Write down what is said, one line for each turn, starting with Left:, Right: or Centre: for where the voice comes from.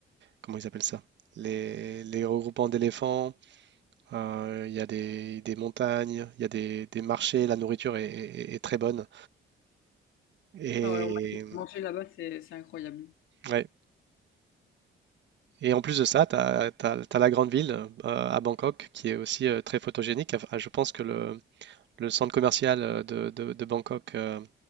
Right: comment ils appellent ça? Les, les regroupements d'éléphants, euh, il y a des, des montagnes, il y a des, des marchés, la nourriture est, est- est très bonne. Et,
Left: Ah ouais, on m'a dit que manger là-bas, c'est c'est incroyable.
Right: ouais. Et en plus de ça, tu as, la grande ville euh, à Bangkok qui est aussi euh, très photogénique. Enfin, je pense que le, le centre commercial euh, de, de- de Bangkok, euh,